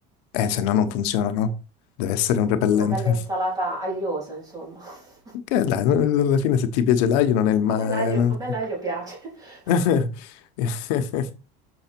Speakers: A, on the left (about 80°); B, on the right (about 20°).
A: Eh, se no non funziona, no? Deve essere un repellente.
B: Una bella insalata
A: <laughs>
B: agliosa, insomma. <laughs>
A: Che dai, no, no, alla fine se ti piace l'aglio non è il male.
B: A me l'aglio, a me l'aglio piace, <laughs>
A: <laughs>